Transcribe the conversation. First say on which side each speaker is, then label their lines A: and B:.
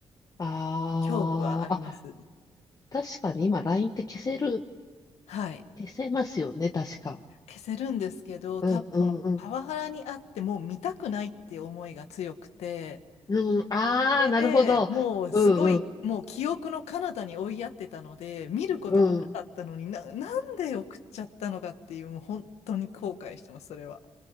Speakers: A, on the left; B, on the left.
A: あーあ、
B: 恐怖はあります。
A: 確かに今 LINE って消せる
B: はい。
A: 消せますよね、確か。
B: 消せるんですけど、
A: うんうんうん。
B: 多分そのパワハラにあってもう見たくないって思いが強くて、
A: うん、ああ、
B: それでもうすごい、
A: なるほど。うんうん
B: もう記憶の彼方に追いやってたので、見ることがなかったのにな、
A: うん。
B: なんで送っちゃったのかっていう、もう本当に後悔してます、それは。